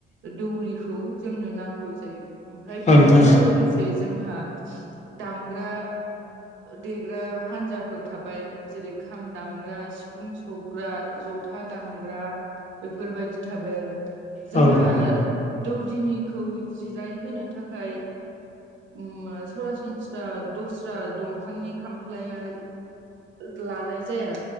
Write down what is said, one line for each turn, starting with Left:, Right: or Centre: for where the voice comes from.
Right: दौरिखौ जोंनो नांगौ जायो ओमफ्राय
Left: औ
Right: बेजोंनो
Left: नोंथां औ
Right: लोगो से जोंहा दामग्रा देग्रा हानजाफोर थाबाय जेरै खाम दामग्रा सिफुं सुग्रा। जथा दामग्रा बेफोरबायदि थाबाय आरो
Left: औ
Right: जोंहा
Left: नोंथां औ
Right: दौदिनिखौ जिरायहोनो थाखाय उम सरासनस्रा दस्रा दंफांनि खामफ्लाया लानाय जाया